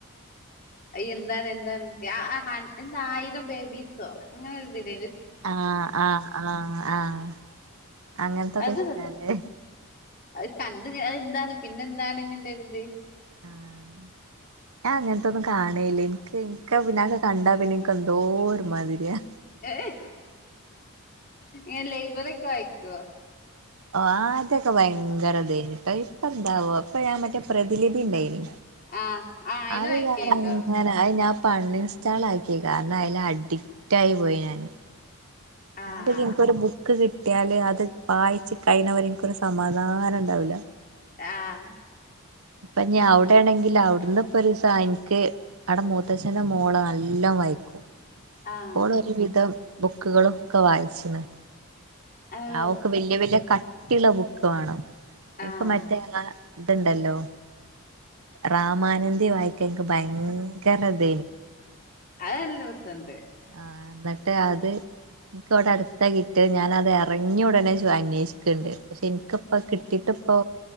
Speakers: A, on the left (about 40°); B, on the right (about 80°).
A: എന്താണ് എന്താ എന്ത ആയിരം ബേബീസോ അങ്ങനൊരു ഇതില്ലേ?
B: ആഹ് ആഹ് ആഹ് ആഹ് അങ്ങനത്തൊക്കെ
A: അത്
B: ഇഷ്ടാല്ലേ
A: അത് കണ്ട് അത് എന്താണ് പിന്നെന്താണ്ന്ന്ള്ളൊരിത്
B: ആഹ് ഞാൻ അങ്ങൻത്തെയൊന്നും കാണേല്ല. ഇൻക്ക് ഇൻക്ക് പിന്നെതക്ക കണ്ടാ പിന്നെ ഇൻക്ക് എന്തോ ഒരു മാതിരിയാ
A: ഏഹ്. ഏ ലൈബറി ഒക്കെ വായിക്ക്വോ?
B: ആദ്യൊക്കെ ഭയങ്കര ഇതേന്ട്ടോ. ഇപ്പെന്താവോ? ഇപ്പൊ ഞാൻ മറ്റേ പ്രതിലിപി ഇണ്ടേയിനി.
A: ആഹ് ആ അയില്
B: അത്
A: വായിക്കലുണ്ടോ
B: ഞാനങ്ങനെ അത് ഞാൻ ഇപ്പ അൺ ഇൻസ്റ്റാൾ ആക്കി. കാരണം അതില് അഡിക്റ്റ് ആയി പോയി ഞാന്.
A: ആഹ്
B: ഞാ ട്ട് ഇനിക്കൊരു ബുക്ക് കിട്ട് ട്ട്യാല് അത് വായിച്ച് കഴീണവരെ ഇനിക്കൊരു സമാധാനണ്ടാവില്ല.
A: ആഹ്
B: ഇപ്പൊ ഞാൻ അവിടെ ആണെങ്കില് അവിടുന്ന് ഇപ്പൊ ഒരൂസ എനിക്ക് അവിടെ മൂത്തച്ഛന്റെ മോള് നല്ലോ വായിക്കും.
A: ആഹ്
B: ഇപ്പൊ ഓളൊരു വിധം ബുക്കുകളൊക്കെ വായിച്ചിന്.
A: ഓ
B: ആ ഓക്ക് വല്യ വല്യ കട്ടിള്ള ബുക്ക് വാണം <unintelligible>
A: ആഹ്
B: മറ്റേ ഇണ്ടല്ലോ റാമാനന്ദി വായിക്കാൻ ഇൻക്ക് ഭയങ്കര <unintelligible>
A: അഅ് നല്ല രസണ്ട്.
B: ആ ന്ന്ട്ട് അത് ഇനിക്ക് ഇവ്ടെട്ത്താ കിട്ടിയെ ഞാനത് എറങ്ങിയടനെ അന്വേഷിക്കണ്ട് പക്ഷെ ഇനിക്കിപ്പ കിട്ടിട്ട ഇപ്പൊ